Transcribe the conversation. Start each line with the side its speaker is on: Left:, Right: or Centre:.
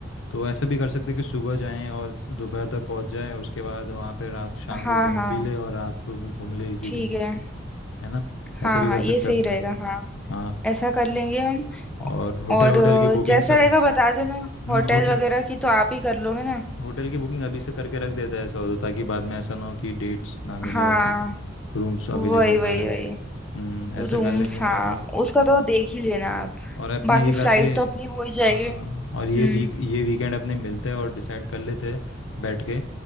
Left: तो ऐसा भी कर सकते हैं कि सुबह जाएं और दोपहर तक पहुंच जाएं उसके बाद वहां पे रात शाम
Centre: हाँ
Left: को घूम
Centre: हाँ
Left: भी ले और रात को भी घूम ले इजीली
Centre: ठीक है
Left: है ना ऐसा
Centre: हाँ
Left: भी
Centre: हाँ
Left: कर सकते
Centre: ये सही
Left: हैं अपने
Centre: रहेगा हाँ
Left: हाँ
Centre: ऐसा कर लेंगे हम
Left: और होटल
Centre: और
Left: होटल
Centre: अ,
Left: की बुकिंग
Centre: जैसा
Left: सा
Centre: रहेगा बता देना
Left: हम्म
Centre: होटल
Left: होटल
Centre: वगैरह की तो आप ही कर लोगे ना
Left: होटल की बुकिंग अभी से करके रख देते हैं ऐसा हो तो ताकि बाद में ऐसा ना हो कि डेट्स ना मिले
Centre: हाँ
Left: अच्छे से रूम्स
Centre: वही
Left: अवेलेबल
Centre: वही
Left: ना रहे
Centre: वही
Left: हम्म ऐसा
Centre: रूम्स
Left: कर लेंगे और
Centre: हाँ उसका तो देख ही लेना आप
Left: और अपने
Centre: बाकी
Left: ये करते
Centre: फ्लाइट तो अपनी हो ही जाएगी
Left: हाँ
Centre: हम्म
Left: और ये वीक ये वीकेंड अपने मिलते और डिसाइड कर लेते हैं बैठ के